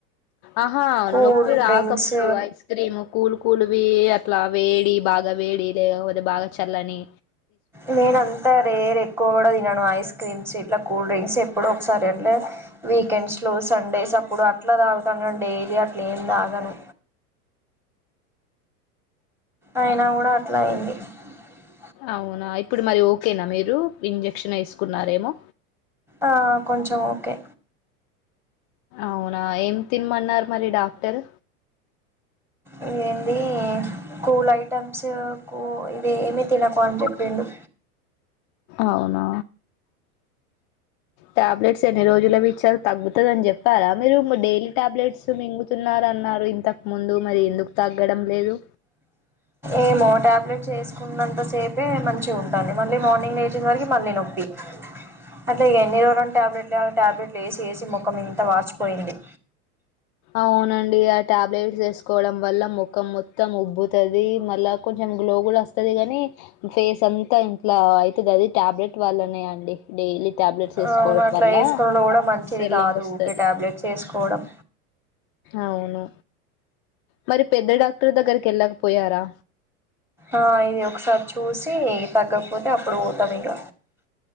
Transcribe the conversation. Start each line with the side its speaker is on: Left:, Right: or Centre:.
Left: ఆహా
Centre: కూల్
Left: నొప్పిరు
Centre: డ్రింక్స్
Left: ఆక ముందు ఐస్ క్రీము కూల్ పుల్వి ఇట్లా వేడి భాగా వేడి లలేకపోతే భాగా చలని
Centre: నేనంతా రేర్ ఎక్కువ కూడా తినను ఐస్ క్రీమ్స్ ఇట్లా కూల్ డ్రింక్స్ ఎప్పుడో ఒకసారి అంటే వీకెండ్స్లో సండేస్ అప్పుడు అట్లా తాగుతాను కానీ డైలీ అట్లా ఏం తాగను అయినా కూడా అట్లా అయింది అ
Left: అవునా ఇప్పుడు మరి ఓకేనా మీరు ఇంజక్షన్ వేసుకున్నారేమో
Centre: ఆ కొంచం ఓకే
Left: అవునా ఏం తినమన్నారు మరి డాక్టర్
Centre: ఇదేంటి కూల్ ఐటమ్స్ కూ వేమి తినకు అని చెప్పిండు
Left: అవునా టాబ్లెట్స్ ఎన్ని రోజులవీ ఇచ్చారు తగ్గుతది అని చెప్పారా మీరు డైలీ టాబ్లెట్స్ మింగుతున్నరన్ న్నారు ఇంతకు ముందు మరి ఎందుకు తగ్గడం లేదు
Centre: ఏమో టాబ్లెట్స్ వేసుకున్నంత సేపే మంచిగ ఉంటంది మళ్ళీ మార్నింగ్ లేచేసరికి మళ్ళీ నొప్పి అట్ల ఎన్ని రోజులను టాబ్లెట్లు ఎయ్యాలి టాబ్లెట్లు వేసి వేసి ముఖం ఇంత వాచిపోయింది
Left: అవునండి ఆ టాబ్లెట్స్ వేసుకోవడం వల్ల ముఖం మొత్తం ఉబ్బుతది మళ్ళ కొంచెం గ్లో కూడా వస్తుది కాని ఫేస్ అంతా ఇంట్లా అయితది అది టాబ్లెట్ వాళ్లనే అండి డైలీ టాబ్లెట్స్ వేసుకోవడం
Centre: ఆ అవును అట్లా
Left: వల్ల
Centre: వేసుకునుడు కూడా మంచిది
Left: స్వెల్లింగ్
Centre: కాదు
Left: వస్తది
Centre: ఊకే టాబ్లెట్స్ వేసుకోవడం
Left: అవును మరి పెద్ద డాక్టర్ దగ్గరికి వెళ్ళకపోయారా
Centre: ఆ ఇది ఒకసారి చూసి తగ్గకపోతే అప్పుడు పోతం ఇగ